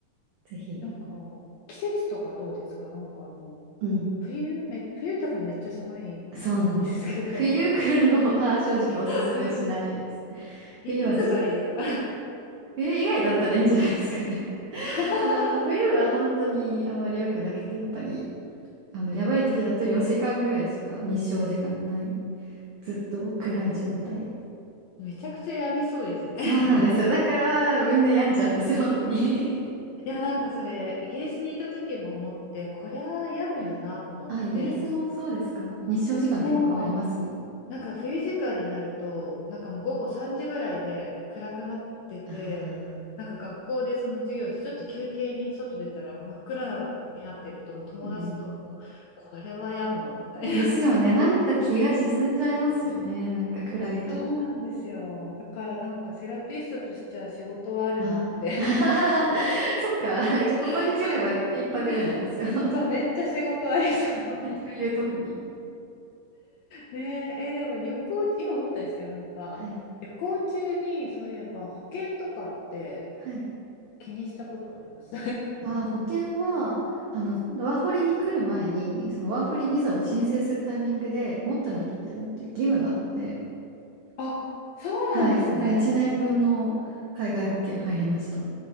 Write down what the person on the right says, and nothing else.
ぜひ。
うん。
そうなんですよ。冬来るのは <laughs> 正直おすすめしないです。
冬はずっと、
冬以外だったらいいんじゃないですかね。<laughs>
その冬は本当にあんまり良くなくて、やっぱりあの、やばい時だと4時間ぐらいしか日照時間がない。ずっと暗い状態。
そうなんですよ。だからみんな病んじゃうんですよ、本当に。
<laughs> あ、あイギリスもそうですか日照時間結構変わります
あ
あー、うん。
ですよね。
なんか気が沈んじゃいますよね。なんか暗いと。
ああ。<laughs> そっか。じゃあここに来れば食いっぱぐれないですよ。
<laughs>
冬特に。
はい。
はい。
あー、保険は、あの、ワーホリに来る前に、そのワーホリビザを申請するタイミングで持ってなきゃいけないっていう義務があって、
はい、だから1年分の海外保険入りました。